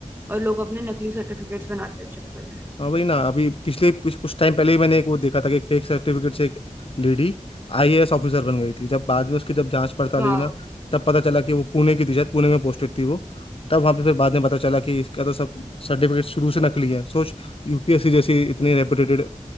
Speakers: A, on the right (about 15°); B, on the left (about 45°).
A: और लोग अपने नकली सर्टिफिकेट्स बनाते हैं इस चक्कर में
B: हाँ भाई ना अभी पिछले कुछ कुछ टाइम पहले ही मैंने एक वो देखा था कि एक फेक सर्टिफिकेट से एक लेडी आईएएस ऑफिसर बन गई थी जब बाद में उसकी जब जांच पड़ताल
A: वाह
B: हुई ना तब पता चला कि वो पुणे की थी शायद पुणे में पोस्टेड थी वो तब वहाँ पे फिर बाद में पता चला कि इसका तो सब सर्टिफिकेट शुरू से नकली है सोच यूपीएससी जैसी इतनी रेपुटेटेड